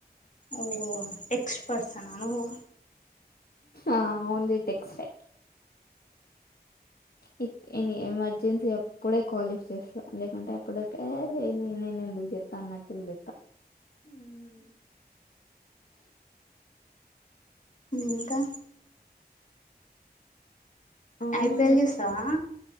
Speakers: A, on the left; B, on the left.
A: ఓహో టెక్స్ట్ పర్సనా నువ్వు
B: ఆ only text a if any emergency అప్పుడే కాల్ లీఫ్ చేస్తా లేకంటే అప్పటికే అది నేన్ ఎందుకు చేతన్నట్టుల్ లెక్క
A: <inaudible> ఇంకా
B: అవును
A: ఐపిఎల్ చూస్తావా